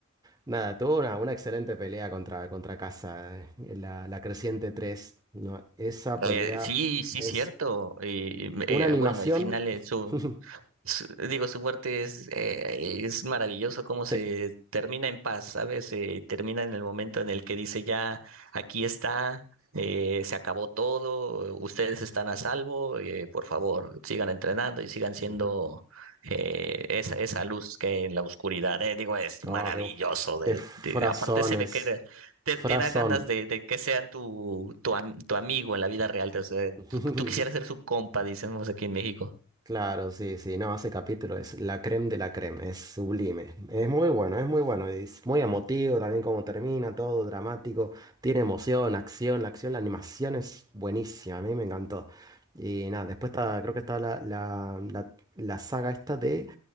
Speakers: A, on the right (about 20°); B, on the right (about 80°).
A: Nada, tuvo una, una excelente pelea contra, contra Casa, eh, la, la Creciente 3, ¿no? Esa pelea
B: Eh, sí, sí,
A: es
B: cierto. Y,
A: una
B: eh,
A: animación.
B: bueno, el final es su...
A: <laughs>
B: su- digo, su muerte es, eh, es maravilloso cómo se
A: Sí.
B: termina en paz, ¿sabes? Se termina en el momento en el que dice ya, aquí está, eh, se acabó todo, ustedes están a salvo, eh, por favor, sigan entrenando y sigan siendo
A: Ujú.
B: eh, esa, esa luz que hay en la oscuridad. eh, digo, es
A: Como
B: maravilloso.
A: que, uf,
B: de-
A: qué frasones.
B: de- aparte se ve que eres- te,
A: Frasón.
B: te da ganas de, de que sean tu, tu, am- tu amigo en la vida real. o sea,
A: <laughs>
B: tú, tú quisieras ser su compa, dicemos aquí en México.
A: Claro, sí, sí, no, ese capítulo es la creme de la creme, es sublime, es muy bueno, es muy bueno, es muy emotivo también como termina, todo dramático, tiene emoción, acción, la acción, la animación es buenísima, a mí me encantó. Y nada, después está, creo que está la, la, la, la saga esta de,